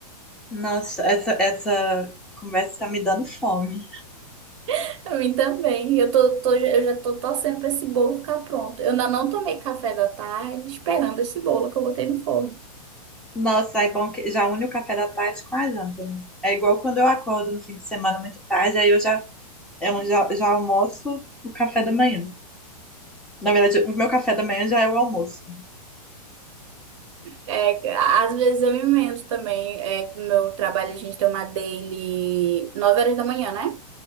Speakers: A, in the centre; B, on the right (about 50°).
A: Nossa, essa, essa conversa tá me dando fome.
B: <laughs> Pra mim também. Eu tô, tô- eu já tô torcendo pra esse bolo ficar pronto. Eu ainda não tomei café da tarde esperando esse bolo que eu botei no forno.
A: Nossa, é bom que já une o café da tarde com a janta, né? É igual quando eu acordo no fim de semana muito tarde, aí eu já, eu já, já almoço o café da manhã. Na verdade, o meu café da manhã já é o almoço. né?
B: É, às vezes eu me invento também. É, que no meu trabalho a gente tem uma daily 9 horas da manhã, né?